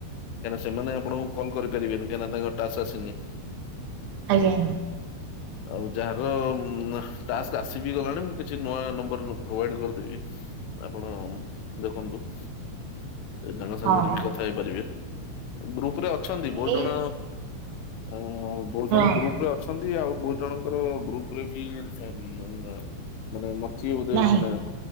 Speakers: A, on the left; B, on the right.
A: କାହିଁକିନା ସେମାନେ ଆପଣଙ୍କୁ କଲ୍ କରିପାରିବେନି କାହିଁକି ତାଙ୍କ ଟାସ୍କ ଆସିନି
B: ଆଜ୍ଞା।
A: ଆଉ ଯାହାର ଟାସ୍କ ଆସିିବି ଗଲାଣି ମୁଁ କିଛି ନୂଆ ନମ୍ବରକୁ ପ୍ରୋଭାଇଡ କରିଦେବି ଆପଣ ଦେଖନ୍ତୁ। ସେ ତାଙ୍କ ସାଙ୍ଗରେ
B: ହଁ ହଁ
A: ବି କଥା ହେଇପାରିବେ ଗ୍ରୁପରେ ଅଛନ୍ତି ବହୁତ
B: ଏଇ
A: ଜଣ ଅଁ ବହୁତ
B: ହଁ
A: ଜଣ
B: ନାହିଁ।
A: ଗ୍ରୁପ ଅଛନ୍ତି ଆଉ ବହୁ ଜଣଙ୍କର ଗ୍ରୁପରେ ବି <unintelligible> ଚି ବୋଧେ
B: ଆଜ୍ଞା
A: ମାନେ